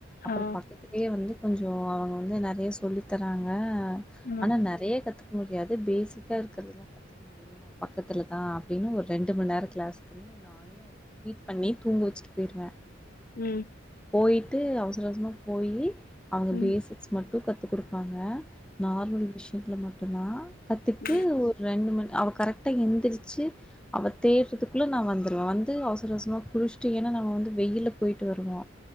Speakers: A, in the centre; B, on the left.
A: அப்புறம்
B: ஆ ஆ
A: பக்கத்துலேயே வந்து கொஞ்ச சோ வந்து நெறைய சொல்லி தராங்க
B: ம்
A: ஆனா நெறைய கத்துக்க முடியாது பேசிக்கா இருக்கிறதுல்ல கத்துக்க முடியு பக்கத்துலதா அப்டின்னு ஒரு ரெண்டு மண் நேர க்ளாஸ்க்குனு நா ஃபீட் பண்ணி தூங்க வச்சி போய்ருவ
B: உம்
A: போயிட்டு அவ அவசரமா போயி அவங்க
B: ம்
A: பேசிக்ஸ் மட் டு கத்து குடுப்பாங்க நார்மல் விஷயங்கள் மட்டு டுனா கத்துக்ட்டு
B: ம்
A: ஒரு ரெண்டு மணி நே அவ கரெக்டா எந்திரிச்சு அவ தேடுறதுக்குள்ள நா வந்துருவ வந்து அவசர அவசரமா குளிசிட்டு ஏன்னா நம்ம வந்து வெயில்ல போயிட்டு வருவோ